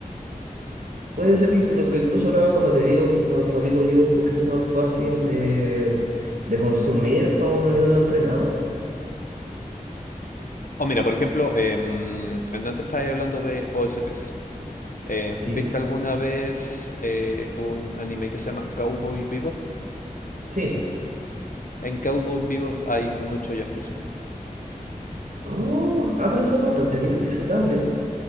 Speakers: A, on the right; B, on the left.
A: Puede ser que, inclu- que incluso lo haga, como te digo, como, como digo yo, un poquito más fácil de, de consumir para un oído no entrenado.
B: O mira, por ejemplo, em, antes estaba hablando de OSTs. Eh, ¿viste
A: Sí,
B: alguna vez eh, un anime que se llama Cowboy Bebop?
A: sí.
B: En Cowboy Bebop hay mucho Jazz Fusion.
A: ah, ah, pero son bastante di- disfrutables.